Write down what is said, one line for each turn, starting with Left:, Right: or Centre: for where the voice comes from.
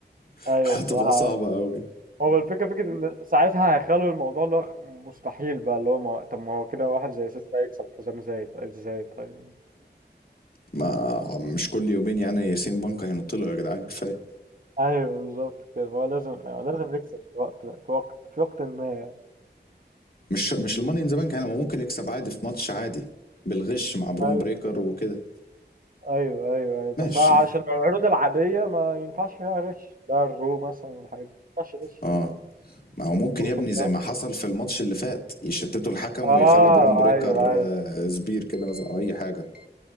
Left: <laughs>
Right: ايوه
Left: هتبقى
Right: الصراحه
Left: صعبه قوي
Right: هو الفكره فكره ان ساعتها هيخلوا الموضوع اللي هو مستحيل بقى اللي هو ما... طب ما هو كده واحد زي سيستا هيكسب حزام زي ازاي طيب
Left: ما مش كل يومين يعني سي ام بنك هينط له يا جدعان كفايه
Right: ايوه بالظبط كده هو لازم هو لازم يكسب في وقت في وقت في وقت ما يعني.
Left: فمش مش الماني ان ذا بنك يعني ما ممكن يكسب عادي في ماتش عادي بالغش مع برون
Right: أيوة.
Left: بريكر وكده
Right: ايوه ايوه ايوه بس
Left: ماشي
Right: عشان العروض العاديه ما ينفعش فيها غش لا الرو مثلا والحاجات دي ما ينفعش غش
Left: اه ما هو ممكن
Right: لكن ممكن
Left: يا ابني زي
Right: لا
Left: ما حصل في الماتش اللي فات يشتتوا الحكم
Right: اه
Left: ويخلوا برون بريكر
Right: ايوه
Left: آه،
Right: ايوه
Left: سبير كده مثلا او اي حاجه